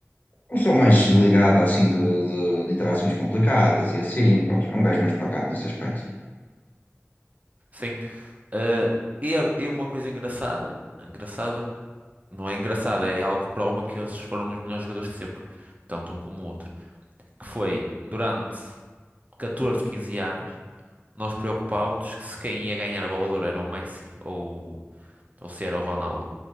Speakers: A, on the left; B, on the right.
A: uma pessoa mais desligada assim de, de- de interações complicadas e assim, pronto, é um gajo mais pacato nesse aspecto.
B: Sim. Eh, e, a- e uma coisa engraçada, engraçada, não é engraçada, é algo que prova que eles foram os melhores jogadores de sempre, tanto um como o outro. que foi durante 14, 15 anos, nós preocupávamos que se quem ia ganhar a bola de Ouro era o Messi ou, ou se era o Ronaldo.